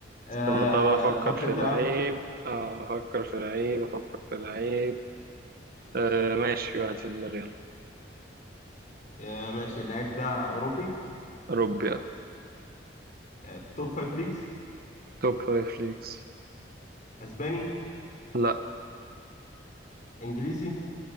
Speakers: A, on the left; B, on the right.
A: آه،
B: استنى طب افكر
A: تحط
B: في
A: انت
B: لعيب
A: لاعب
B: اه افكر في لعيب افكر في لعيب آه ماشي في واحد في دماغي يلا
A: آه ماشي اللعيب ده اوروبي
B: اوروبي اه
A: آه توب فايف ليجز
B: توب فايف ليجز
A: اسباني
B: لا
A: انجليزي